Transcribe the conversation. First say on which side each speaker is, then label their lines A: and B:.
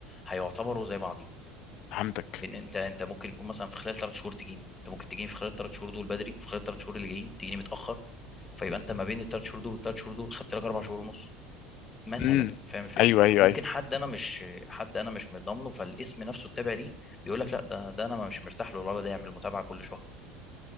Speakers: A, on the left (about 20°); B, on the left (about 55°).
A: هيعتبروا زي بعضيهم
B: فهمتك
A: لان انت انت ممكن يكون مثلا في خلال ثلاث شهور تجيني انت ممكن تجيني في خلال الثلاث شهور دول بدري في خلال الثلاث شهور اللي جايين تجيني متاخر فيبقى انت ما بين الثلاث شهور دول والثلاث شهور دول خدت لك اربع شهور ونص مثلا
B: امم
A: فاهم الفكره
B: ايوه ايوه
A: ممكن
B: ايوه
A: حد انا مش حد انا مش مضامنه فالاسم نفسه التابع ليه بيقول لك لا ده ده انا مش مرتاح له ولا ده يعمل متابعه كل شهر